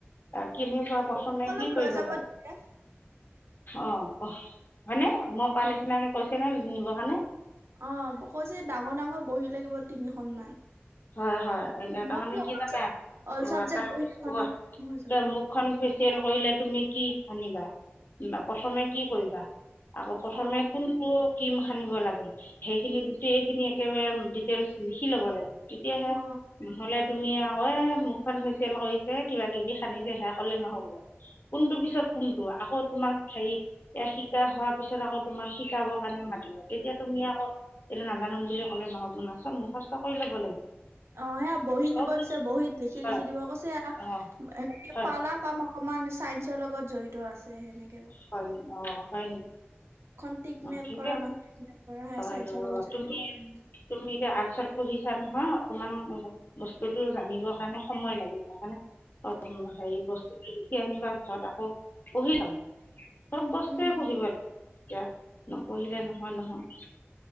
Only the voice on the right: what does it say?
কপি কলম
লৈ যাব
দিছে।
অ ব ক যে ডাঙৰ ডাঙৰ বহি লাগিব তিনিখন মান।
মই
বোলো
অল
চাব অল
চাবজেক্ট
বহী
এখনে লৈ যাম হৈ
যাব।
অ
অ।
অ সেয়া বহী
নিব দিছে বহীত লিখি
লিখি দিব কৈছে
হেৰি
পালাৰ কাম অকমান চায়েন্স ৰ লগত জড়িত আছে সেনেকে,
খন টিকমেল
কৰা মানুহ টিকমেল কৰা সে
চাইন্স লগত জড়িত।
উম